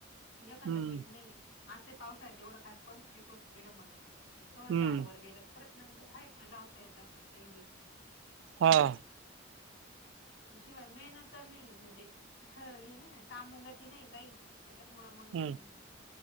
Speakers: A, on the right; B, on the left.
A: हम्म
B: एखांदा पीक नाही आज ते पावसा आहे एवढं खास कोणतं पीक होतं कड मगून तर
A: हम्म
B: झाड वर गेला परत नंतर हाय मग लावता येत काही बी
A: हा.
B: शिवाय मेहनत नाही म्हणजे ख हे नाही कामग <unintelligible> नाही काही त्याच्यामु मग
A: हम्म